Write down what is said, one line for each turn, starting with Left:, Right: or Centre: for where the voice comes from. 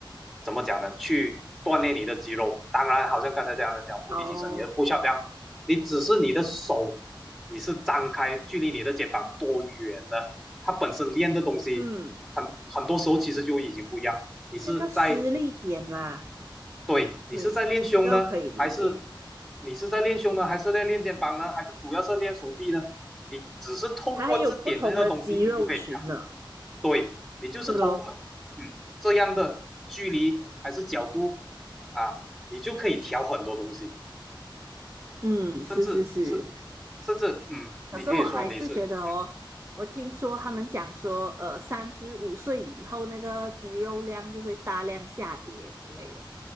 Centre: 怎么讲呢？去锻炼你的肌肉。当然，好像刚才这样的讲腹地提升，
Right: 哦。
Centre: 你的不需要不样，你只是你的手你是张开，距离你的肩膀多远呢？它本身练的东西很很多时候其实就已经不一样。
Right: 嗯，
Centre: 你是在
Right: 那个施力点啦，
Centre: 对你是在练胸呢，
Right: 对，这个我可以理解。
Centre: 还是你是在练胸呢，还是在练肩膀呢，还是主要是练手臂呢？你只是透过这点这样的东西，
Right: 它还有不同的肌肉群呢，
Centre: 你就可以调。对你就是透过嗯这样的距离还是角度啊，
Right: 是咯，
Centre: 你就可以调很多东西，
Right: 嗯，是是是。
Centre: 甚至是甚至嗯，你可以说你是嗯
Right: 可是我还是觉得哦，我听说他们讲说，呃，三十五岁以后那个肌肉量就会大量下跌之类的。